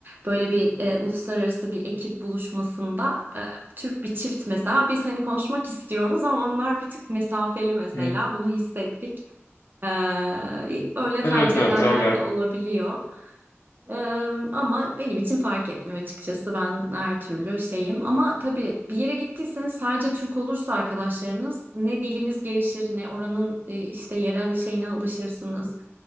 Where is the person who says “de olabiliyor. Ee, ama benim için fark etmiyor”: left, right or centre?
Right